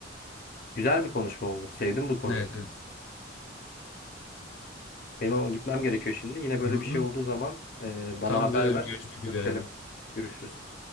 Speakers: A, on the left (about 50°); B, on the left (about 80°).
A: Güzel bir konuşma oldu. Sevdim bu konuyu.
B: Evet evet.
A: Benim ama gitmem gerekiyor şimdi. Yine
B: Hı
A: böyle
B: hı.
A: bir şey olduğu zaman e, bana
B: Tamamdır.
A: haber ver.
B: Görüşmek üzere.
A: Görüşelim. Görüşürüz.